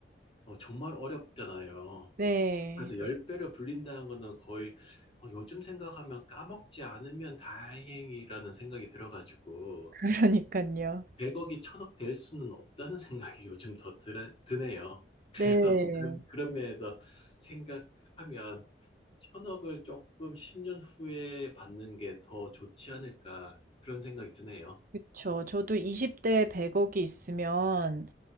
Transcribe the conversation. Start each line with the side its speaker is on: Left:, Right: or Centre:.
Left: 어, 정말 어렵잖아요.
Right: 네.
Left: 그래서 열 배를 불린다는 거는 거의 어, 요즘 생각하면 까먹지 않으면 다행이라는 생각이 들어가지고
Right: <laughs> 그러니까요.
Left: 100억이 1억될 수는 없다는 <laughs> 생각이 요즘 더 드네, 드네요. 그래서
Right: 네.
Left: 그런, 그런 면에서 생각하면 1억을 조금 10년 후에 받는 게 더 좋지 않을까 그런 생각이 드네요.
Right: 그쵸. 저도 20대에 100억이 있으면,